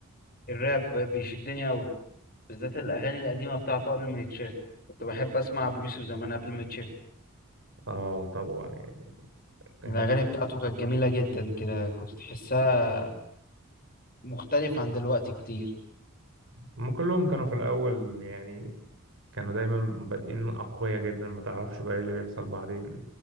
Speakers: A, on the left; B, on the right.
A: الراب بيشدني قوي بالذات الاغاني القديمه بتاعته قبل ما يتشهر كنت بحب اسمع ابو يوسف زمان قبل ما يتشهر
B: اه طبعا يعني هو-
A: الاغاني بتاعته كانت جميله جدا كده كنت تحسها مختلف عن دلوقتي كتير
B: هم كلهم كانوا في الاول يعني كانوا دايما بادئين اقوياء جدا ما تعرفش بقى ايه اللي بيحصل بعدين